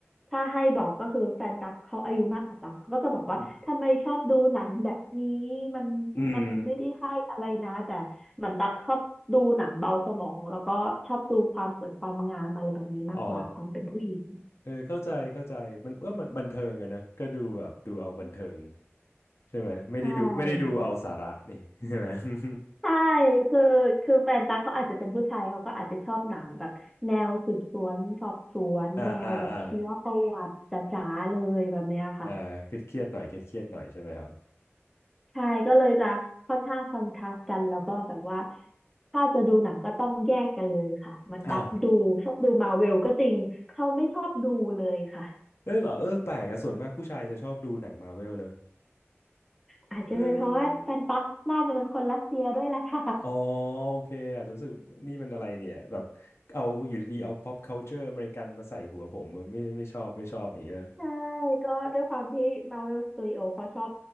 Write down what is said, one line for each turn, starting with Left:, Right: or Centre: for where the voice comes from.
Centre: ถ้าให้บอกก็คือแฟนตั๊กเขาอายุมากกว่าตั๊กเขาก็จะบอกว่าทำไมชอบดูหนังแบบนี้
Left: อืม
Centre: มันมันไม่ได้ให้อะไรนะแต่เหมือนตั๊กชอบดูหนังเบาสมองแล้วก็ชอบดูความสวยความงามอะไรแบบนี้มากกว่าความเป็นผู้หญิง
Left: อืมอ๋อเออเข้าใจเข้าใจมันว่ามันบันเทิงอะนะก็ดูแบบดูเอาบันเทิงใช่ไหมไม่ได้ดูไม่ได้ดูเอาสาระนี่
Centre: ใช่
Left: <laughs> ใช่ไหม <laughs>
Centre: ใช่คือคือแฟนตั๊กเขาอาจจะเป็นผู้ชายเขาก็อาจจะชอบหนังแบบแนวสืบสวนสอบสวนแนวแบบชีวประวัติจ๋าๆเลยแบบเนี้ยค่ะ
Left: อ่าอ่าอ่าอ่าเครียดเครียดหน่อยเครียดเครียดหน่อยใช่ไหมครับ
Centre: ใช่ก็เลยจะค่อนข้างคอนทราสต์กันแล้วก็แบบว่าถ้าจะดูหนังก็ต้องแยกกันเลยค่ะ มันตักดูชอบดูมาเวลก็จริงเขาไม่ชอบดูเลยค่ะ
Left: อ้าวเออเหรอเออแปลกอะส่วนมากผู้ชายจะชอบดูหนังมาเวลเนอะ
Centre: อาจจะเป็นเพราะว่าแฟนตักน่าจะเป็นคนรัสเซียด้วยแหละค่ะ
Left: เอออ๋อโอเค อาจจะรู้สึกนี่มันอะไรเนี่ยแบบเอาอยู่ดีๆเอา pop culture อเมริกันมาใส่หัวผมไม่ไม่ชอบไม่ชอบอย่างเงี้ย
Centre: ใช่ก็ด้วยความที่ Marvel Studio เขาชอบ